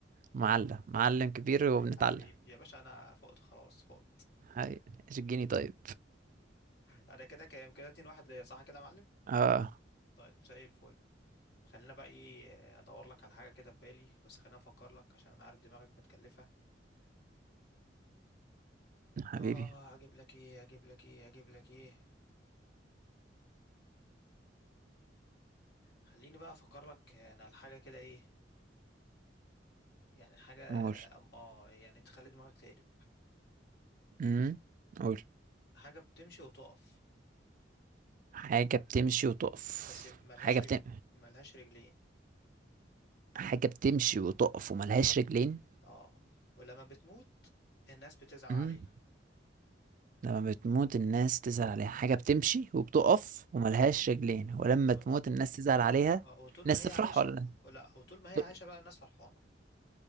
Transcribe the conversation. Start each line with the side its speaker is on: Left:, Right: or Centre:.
Right: معلم معلم كبير وبنتعلم
Left: حبيبي يا باشا انا فقت خلاص فقت
Right: هاي الجيني طيب
Left: انا كده كام كده 2 واحد ليا صح كده يا معلم
Right: اه
Left: طيب زي الفل خلينا بقى ايه آه، ادور لك على حاجه كده في بالي بس خلينا افكر لك عشان انا عارف دماغك متكلفه
Right: حبيبي
Left: اه اجيب لك ايه اجيب لك ايه اجيب لك ايه خليني بقى افكر لك آه، انا على حاجه كده ايه يعني حاجه
Right: قول
Left: اه أم- آه، يعني تخلي دماغك تقلب
Right: امم قول
Left: حاجه بتمشي وتقف
Right: حاجة بتمشي وتقف
Left: بس ملهاش
Right: حاجة
Left: رجل
Right: بتم
Left: ملهاش رجلين
Right: حاجة بتمشي وتقف وملهاش رجلين
Left: اه ولما بتموت الناس بتزعل
Right: امم
Left: عليها
Right: لما بتموت الناس تزعل عليها حاجة
Left: و...
Right: بتمشي وبتقف
Left: اه
Right: وملهاش رجلين ولما
Left: ولما
Right: تموت الناس تزعل عليها
Left: آه، وطول
Right: الناس
Left: ما هي
Right: تفرح
Left: عايشه
Right: ولا
Left: ولا وطول ما هي
Right: تقول
Left: عايشه بقى الناس فرحانه